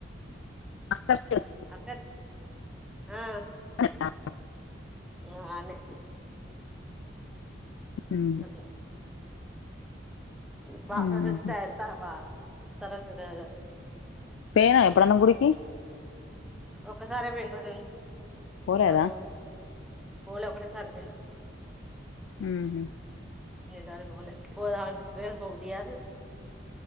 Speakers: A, on the left; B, in the centre.
A: అత్తమ్మ ఇగ
B: రండి ఆ
A: అన్నేనా
B: ఆ అన్నే
A: ఉహు
B: అట్లా ఈ బాసరైతే
A: ఉహు
B: దైర్ తాపా తరసదాగా
A: పేయినవా ఎప్పుడన్న గుడికి
B: ఒక్కసారే పోయింద్రా
A: పోలేదా
B: ఇంతరూ పోలే పోలే ఒకటే సారి పోయినా
A: ఉహ్ హు
B: లేదు ఆడికి పోలే. పోదంటను పోబుద్ది కాదు.